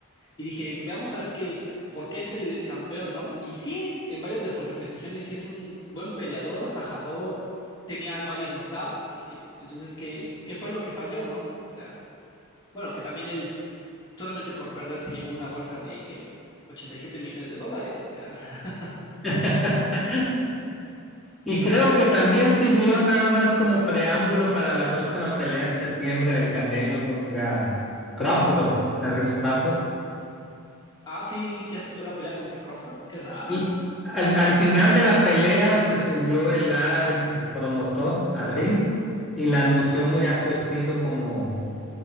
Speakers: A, on the left; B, in the centre.
A: Y dije, veamos a ver qué, por qué es el campeón, ¿no? Y sí, en varias de sus repeticiones, sí es un buen peleador, fajador, tenía varios knockouts. Dije, entonces, ¿qué, qué fue lo que falló, no? O sea, bueno, que también él solamente por perder se llevó una bolsa de, ¿qué? ochenta y siete millones de dólares, o sea. <laughs>
B: <laughs> Y creo que también sirvió nada más como preámbulo para la próxima pelea en septiembre del Candelo contra Crawford, Terence Crawford.
A: Ah, sí, sí aceptó la pelea contra Crawford, qué raro.
B: Y al, al final de la pelea se subió el árabe, el promotor, al
A: Ajá,
B: ring y la anunció muy a su estilo como,